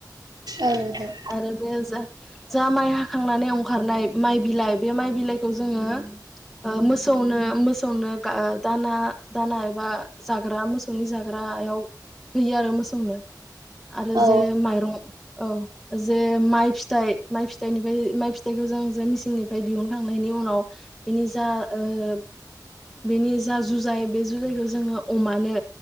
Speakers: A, on the right; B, in the centre.
A: ओ नोंथां।
B: आरो बे जा जा माइ हाखांनानै अंखारनाय माइ बिलाइ बे माइ बिलाइखौ जोङो ओ मोसौनो मोसौनो दाना दाना एबा जाग्रा मोसौनि जाग्रायाव हैयो आरो मोसौनो। आरो
A: औ
B: जे माइरं औ जे माइ फिथाइ माइ फिथाइनिफ्राय माइ फिथाइखौ जों जे मिसिंनिफ्राय दिहुनखांनायनि उनाव बेनि जा ओ बेनि जा जुजाय बे जुजायखौ जोङो अमानो